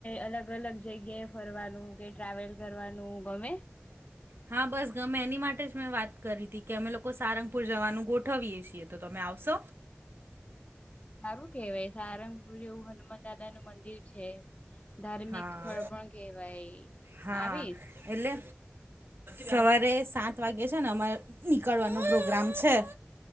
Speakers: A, on the left (about 35°); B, on the right (about 70°).
A: અલગ અલગ જગ્યા ફરવાનું કે ટ્રાવેલ કરવાનું ગમે
B: હા બસ ગમે એની માટે જ મેં વાત કરી હતી કે અમે લોકો સારંગપુર જવાનું ગોઠવીએ છીએ તો તમે આવશો
A: સારું કેવાય સારંગપુર એવું હનુમાન દાદા નું મંદિર છે છે ધાર્મિક
B: હા
A: સ્થળ પણ કેવાય
B: હા
A: આવીશ
B: એટલે સવારે સાત વાગે છે ને અમારે નીકળવાનો પ્રોગ્રામ છે